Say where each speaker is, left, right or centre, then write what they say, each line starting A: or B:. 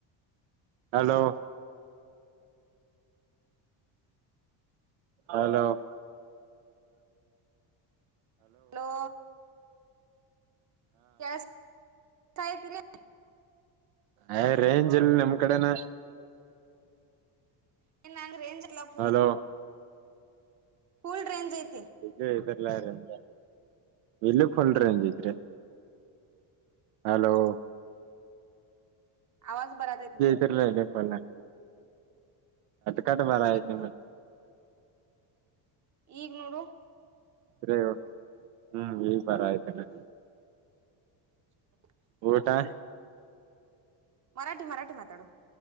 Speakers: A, on the right; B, on the right.
A: हॅलो, हॅलो <inaudible>
B: हॅलो गॅस <inaudible> काहीतरी
A: अय रेंज अल नम कडन <inaudible>
B: <unintelligible>
A: हॅलो.
B: फुल रेंज येते.
A: <unintelligible> हॅलो.
B: आवाज बरात <unintelligible>
A: <unintelligible> कट कट बरा यत <unintelligible>
B: इग नोडू.
A: <unintelligible>
B: <inaudible>
A: <unintelligible> टा.
B: मराठी मराठी मात्याडू.